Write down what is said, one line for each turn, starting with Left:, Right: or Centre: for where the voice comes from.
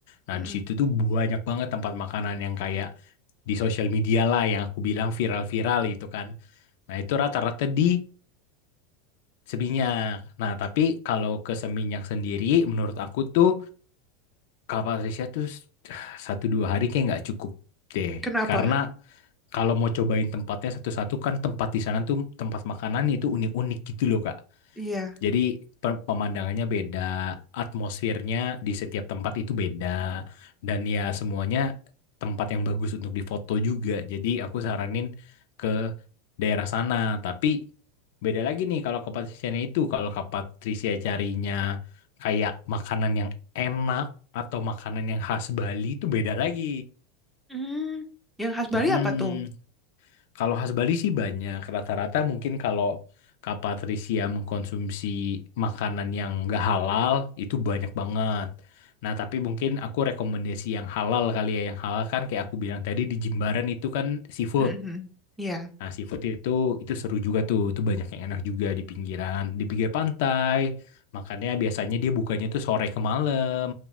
Left: Nah,
Centre: Mm,
Left: di situ tuh banyak banget tempat makanan yang kayak di sosial media lah yang aku bilang viral-viral itu kan. Nah, itu rata-rata di Seminyak. Nah, tapi kalau ke Seminyak sendiri, menurut aku tuh Kak Patricia tuh <sighs> satu dua hari kayak nggak cukup deh.
Centre: Kenapa?
Left: Karena kalau mau cobain tempatnya satu-satu kan tempat di sana tuh tempat makanannya itu unik-unik gitu loh Kak.
Centre: Iya.
Left: Jadi pemandangannya beda, atmosfernya di setiap tempat itu beda dan ya semuanya tempat yang bagus untuk difoto juga. Jadi aku saranin ke daerah sana, tapi beda lagi nih kalau ke Patrisianya itu kalau ke Patrisia carinya kayak makanan yang enak atau makanan yang khas Bali itu beda lagi.
Centre: Hmm, yang khas Bali
Left: Mm-mm.
Centre: apa tuh?
Left: Kalau khas Bali sih banyak. Rata-rata mungkin kalau Kak Patricia mengkonsumsi makanan yang gak halal, itu banyak banget. Nah, tapi mungkin aku rekomendasi yang halal kali ya. Yang halal kan kayak aku bilang tadi di Jimbaran itu kan seafood.
Centre: Mhm. Iya.
Left: Nah, seafood itu itu seru juga tuh. Itu banyak yang enak juga di pinggiran, di pinggir pantai. makanya biasanya dia bukanya tuh sore ke malam.